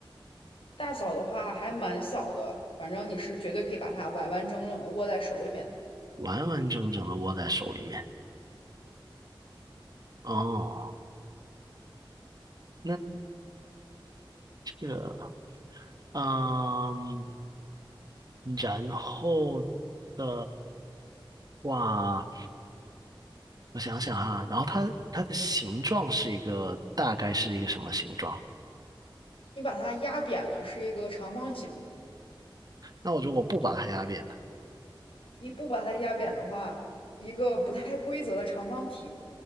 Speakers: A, on the left; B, on the right.
A: 大小的话还蛮小的，反正你是绝对可以把它完完整整的握在手里面的。
B: 完完整整的握在手里面。哦，那这个，嗯，然后的话，我想想哈，然后它它的形状是一个大概是一个什么形状？
A: 你把它压扁了是一个长方形，
B: 那我如果不把它压扁呢？
A: 你不把它压扁的话，一个不太规则的长方体。